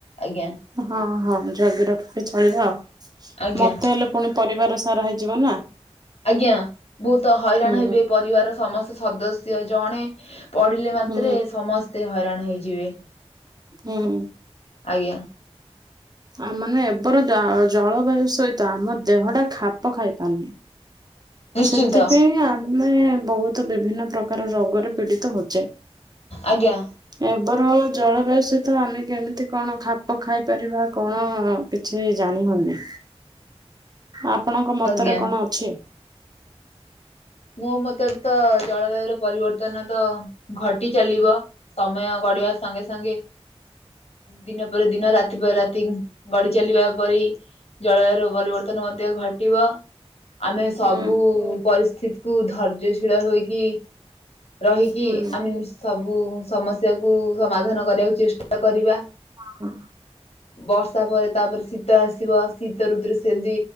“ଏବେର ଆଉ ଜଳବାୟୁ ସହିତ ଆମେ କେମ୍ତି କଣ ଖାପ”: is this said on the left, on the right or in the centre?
Right